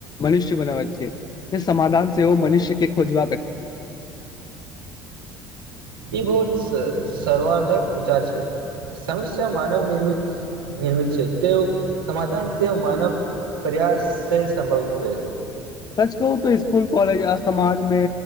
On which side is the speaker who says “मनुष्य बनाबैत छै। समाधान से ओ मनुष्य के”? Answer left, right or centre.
Left